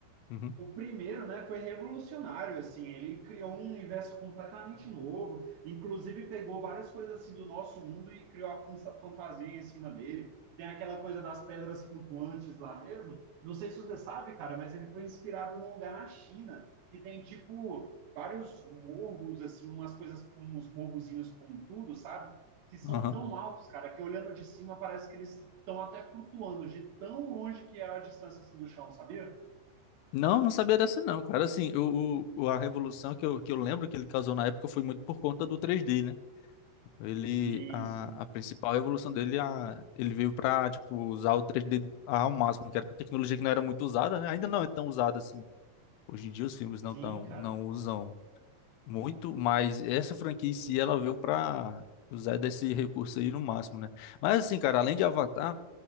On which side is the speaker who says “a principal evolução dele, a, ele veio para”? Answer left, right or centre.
Left